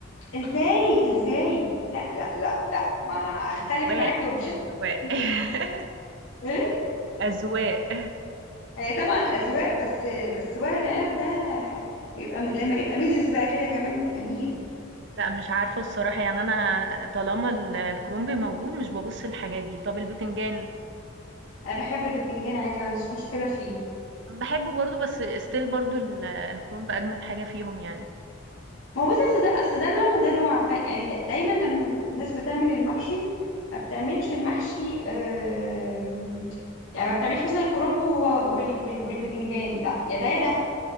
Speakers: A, on the left (about 75°); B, on the right (about 60°).
A: ازاي ازاي لا لا لا لا ما اختلف
B: أذواق،
A: معاكي وبشكل
B: أذواق،
A: <laughs>
B: <laughs>
A: ايه
B: أذواق.
A: هي طبعا اذواق بس بس ورق العنب ده بيبقى لما يبقى ميزز بقى كده كمان يبقى جميل
B: لأ مش عارفة الصراحة، يعني أنا طالما ال الكرنب موجود مش بابُص للحاجات دي. طَب البتنجان؟
A: انا بحب البتنجان عادي ما عنديش مشكله فيه
B: باحبه برضه بس still برضه ال الكرنب أجمد حاجة فيهم يعني.
A: ما هو بصي اصل ده اصل ده نوع وده نوع ف يعني دا دايما لما الناس بتعمل المحشي ما بتعملش المحشي آم، يعني ما بتعملش مثلا الكرنب و- وال وال والبتنجان لا يا ده يا ده